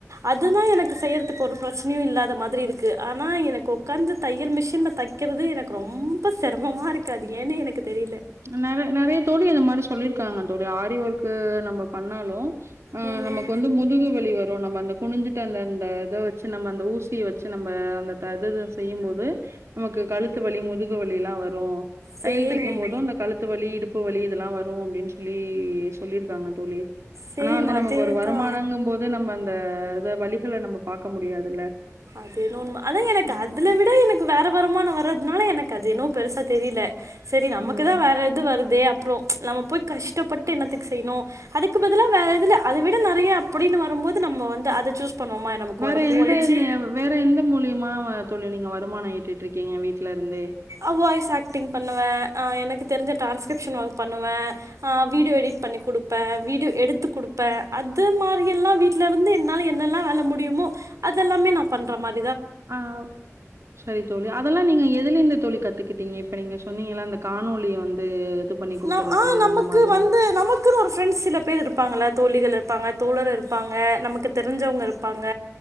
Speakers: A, on the right; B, on the right.
A: அதுதா எனக்கு செய்றதுக்கு ஒரு பிரச்சனையு இல்லாத மாதிரி இருக்கு ஆனா எனக்கு உக்காந்து தையல் மிஷின்ல தக்கறது எனக்கு ரொம்ப சிரமமாருக்கு அது ஏன்னு எனக்கு தெரியல
B: நெறை நெறைய தோழி இந்த மாரி சொல்லிருக்காங்க தோழி ஆரி ஒர்க்கு க்கு நம்ம பண்ணாலு ஆ
A: ம்
B: நமக்கு வந்து முதுகு வலி வரு நம்ம அந்த குனுஞ்சுட்டு அந்த அந்த இத வச்சு நம்ம அந்த ஊசிய வச்சு நம்ப அந்த த துது செய்யும் போ து நமக்கு கழுத்து வலி முதுகு வலில்லா வரு
A: சேமே
B: தையல் தக்கிம் போ து அந்த கழுத்து வலி இடுப் ப்பு வலி இதல்லா வரு அப்படின் சொல்லி சொல்லிருக்காங்க தோழி
A: சேம்
B: ஆனா வந்து
A: அதேதா
B: நமக்கு ஒரு வருமானங்கும் போது நம்ம அந்த த வலிகள நம்ம பாக்க முடியாதுல்ல
A: அதேனோ அதா எனக்கு
B: ம்.
A: அதுல விட எனக்கு வேற வருமானம் வர்றத்னால எனக்கு அதேனோ பெருசா தெரில சரி நமக்கு
B: ம்.
A: தா வேற எது வருத் தே அப்றம் நம்ம போய் கஷ்டப்பட்டு என்னத்துக்கு செய்யணும் அதுக்கு பதிலா வேறதுல அதவிட நெறையா அப்புடின்னு வரும்போது நம்ம வந்து அத சூஸ் பண்வோமா நமக்கு
B: வேற
A: ஒடம்பு
B: எந்த
A: வளிச்சி
B: நே வேற எந்த மூலியமா வ தோழி நீங்க வருமானம் ஈட்டுட்ருக்கீங்க வீட்ல இருந்தே
A: அ வாய்ஸ் ஆக்டிங் பண்ணுவேன் அ எனக்கு தெரிஞ்ச டாஸ்க் ட்யூஷன் ஓக் பண்ணுவேன் வீடியோ எடிட் பண்ணி குடுப்பேன் வீடியோ எடுத்துக் குடுப்பேன் அது மாரியெல்லாம் வீட்ல இருந்து என்னால என்னெல்லாம் வேல முடியுமோ அதெல்லாமே நான் பண்றமாரி
B: ஆ சரி தோழி அதெல்லா நீங்க எதுல இந்து தோழி கத் கத்துக்கிட்டீங்க இப்ப நீங்க சொன்னீங்கள அந்த காணொலிய வந்து இது பண்ணி குடுக்கறது
A: ந ஆ நமக்கு
B: அந்த மாதிரி.
A: வந்து நமக்குனு ஒரு ஃப்ரெண்ட்ஸ் சில பேர் இருப்பாங்கள தோழிகள பாங்க தோழர் இருப்பாங்க நமக்கு தெரிஞ்சவுங்க இருப்பாங்க